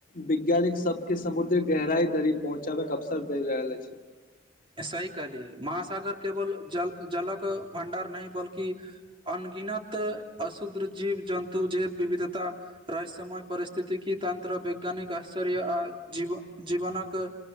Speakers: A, on the left; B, on the right.
A: विज्ञानिक सबके समुद्र गहराई धरी पहुँचाबेके अवसर दे रहल अछि
B: सही कहलियै महासागर केवल जलक भण्डार नहि बल्कि अन्य गिनत अशुद्ध जीव जन्तु जैव विविधता रहस्यमय परिस्थितिक तन्त्र वैज्ञानिक आश्चर्य आ जीवनक